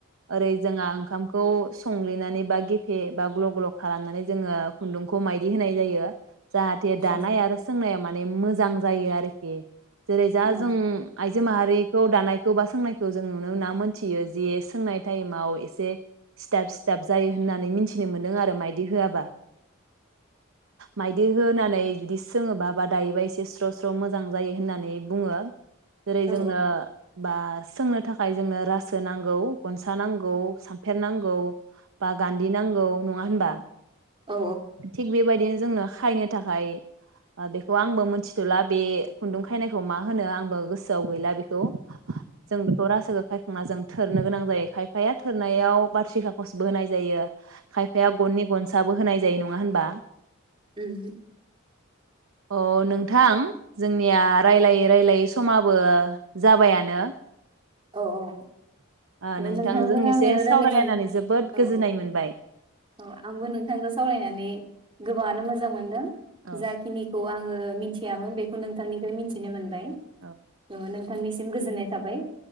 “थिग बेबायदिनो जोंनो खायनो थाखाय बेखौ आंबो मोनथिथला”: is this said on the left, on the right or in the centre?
Right